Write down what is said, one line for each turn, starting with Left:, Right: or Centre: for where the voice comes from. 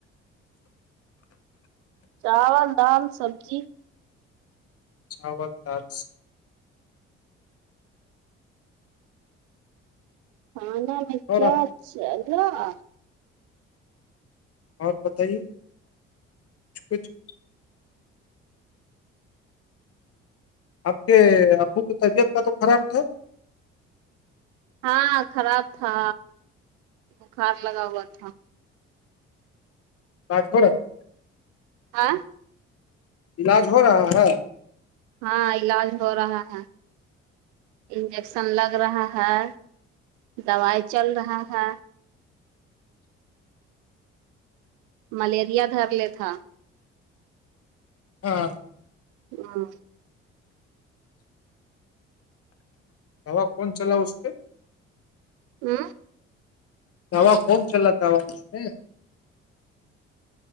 Right: چاول دال سبزی
Left: <unintelligible>
Right: <unintelligible>
Left: اور آپ آپ بتائیے کچھ آپ کے ابو کی طبیعت کا تو خراب تھا
Right: ہاں خراب تھا بخار لگا ہوا تھا
Left: رجپورا
Right: ہاں
Left: علاج ہو رہا ہے
Right: ہاں علاج ہو رہا ہے انجیکشن لگ رہا ہے دوبائی چل رہا ہے ملیریا دھر ل تھا
Left: ہاں
Right: ہاں
Left: ہوا کون چلا اس پہ
Right: ہوں
Left: دوا کون چلا رہ تھا ہو اس میں